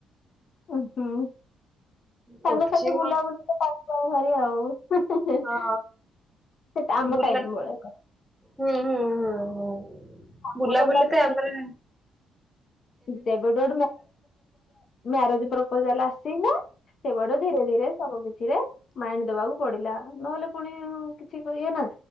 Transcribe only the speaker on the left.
ହ୍ନୁ ହ୍ନୁ। ସାଙ୍ଗ ସାଥି
ବୁଲାବୁଲିିରେ
ଟାଇମ ଯାଏ ଭାରି ଆଉ।
ସେଟା ଆମ
ଟାଇମ୍ ବେଳେ କର।
ମୋ ଧନ୍ଦାକୁ
ଦେବୋଡ ମ୍ୟାରେଜ ପ୍ରପୋଜାଲ ଆସି ନା ସେ ବଡ ଧୀରେ ଧୀରେ ସବୁ କିଛି ରେ ମାଇଣ୍ଡ ଦବାକୁ ପଡିଲା ନହେଲେ ପୁଣି କିଛି ଇଏ ନା